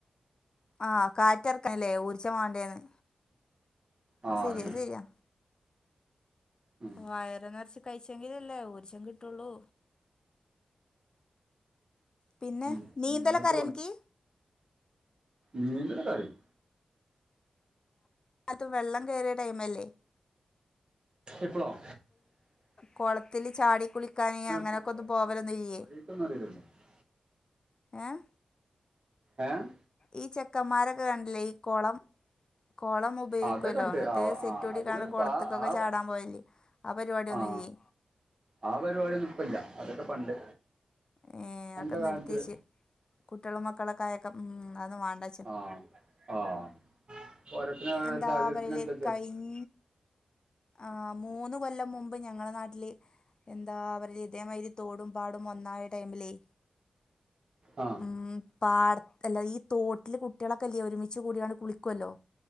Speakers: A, on the left; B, on the right.
A: ആഹ കാറ്റ് നെറക്കണല്ലേ ഊർജം വണ്ടേന്ന്
B: ആ
A: അത് ശരിയാ
B: അതന്നെ
A: ശരിയാ
B: ഉം,
A: വയറ നിറച്ച് കഴിച്ചെങ്കില് അല്ലേ ഊർജം കിട്ടുള്ളൂ പിന്നെ
B: ഉം.
A: നീന്തല്
B: മുന്നോട്ട്
A: ഒക്കെ അറിയോ അനിക്ക്
B: നീന്തല് ഒക്കെ അറിയും
A: എല്ലാടത്തും വെള്ളം കയറിയ ടൈംല്ലേ
B: ഇപ്പളോ
A: കൊളത്തില് ചാടി കുളിക്കാന് അങ്ങനെയൊക്കെ
B: പോ-
A: ഒന്ന്
B: പോയി
A: പോവലൊന്നും ഇല്ലേ
B: <unintelligible>
A: ഏഹ്
B: ഏഹ്
A: ഈ ചെക്കമാരൊക്കെ കണ്ടിലെ ഈ കൊളം കൊളം ഉപയോഗിക്കുവല്ലോ
B: അതൊക്കെ ഉണ്ട്
A: ഇങ്ങട്ട്
B: ആ
A: സെറ്റ്
B: ആ
A: കൂടിക്കാണ്ട്
B: അതിനൊന്നും
A: കുളത്തക്കൊക്കെ
B: ഇപ്പൊ ആ ആ-
A: ചാടാൻ പോയല്ലേ ആ പരിപാടിയൊന്നുമില്ലേ
B: ആ ആ പരിപാടി ഒന്നും ഇപ്പല്ല്യ അതൊക്കെ പണ്ട്
A: ഏഹ്
B: അന്നത്തെ
A: അത് ഒക്കെ നിർത്തി
B: കാലത്തിൽ
A: വെച്ച് കുട്ട്യാളും മക്കളൊക്കെ ആയൊക്കെ ഉം അത വേണ്ട
B: ആഹ ആഹാ പോരാത്തനി
A: എന്താ
B: ഒരു സാഹചര്യത്തിന്
A: പറയല്
B: അനുസരിച്ച്
A: കഴിഞ്ഞ ആ മൂന്ന് കൊല്ലം മുമ്പ് ഞങ്ങളെ നാട്ടില് എന്താ അവരിൽ ഇതേമാതിരി തോടും പാടും ഒന്നായ ടൈമിലേ
B: ആ
A: ഉ പാട അല്ലാതെ ഈ തോട്ടില് കുട്ടികളൊക്കെ ഇല്ലേ ഒരുമിച്ച് കൂടിയാണ്ട് കുളിക്കുവല്ലോ